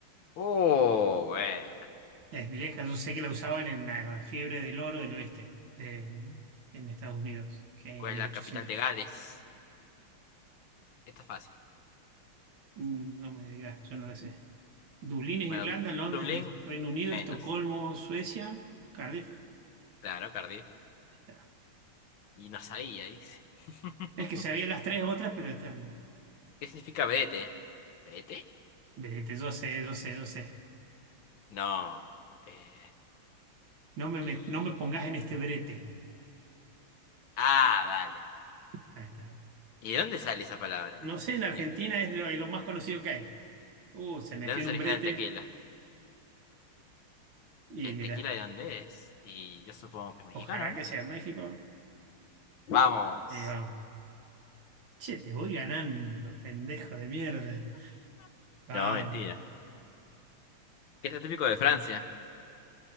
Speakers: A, on the left; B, on the right.
A: Oh, bueno.
B: Es vieja, yo sé que la usaban en la fiebre del oro del oeste, de, en Estados Unidos, que
A: ¿Cuál
B: en 1800.
A: es la capital de
B: y pico.
A: Gales? Esto es fácil.
B: Mm, No me digas, yo no la sé. Dublín es
A: Bueno,
B: Irlanda, Londres
A: Dublín,
B: es Reino Unido,
A: menos.
B: Estocolmo, Suecia, Cardiff.
A: Claro, Cardiff.
B: está.
A: Y no sabía, dice. <laughs>
B: Es que sabía las tres otras, pero estas no.
A: ¿Qué significa vete? ¿Vete?
B: Brete, yo sé, yo sé, yo sé.
A: No. Eh,
B: No me,
A: y...
B: met- no me pongas en este brete.
A: Ah, dale.
B: Ahí está.
A: ¿Y de dónde sale esa palabra?
B: No sé, en Argentina
A: Dios.
B: es lo, lo más conocido que hay. Uh, se metió
A: ¿De dónde
B: en
A: se
B: un
A: origina
B: brete
A: el tequila?
B: y
A: ¿El
B: mira,
A: tequila de dónde es? Y yo supongo que es mexicano,
B: ojalá
A: ¿no?
B: que sea México.
A: Vamos.
B: Y vamos. Che, te voy ganando, pendejo de mierda. Vamos,
A: No, mentira. Este es típico de Francia.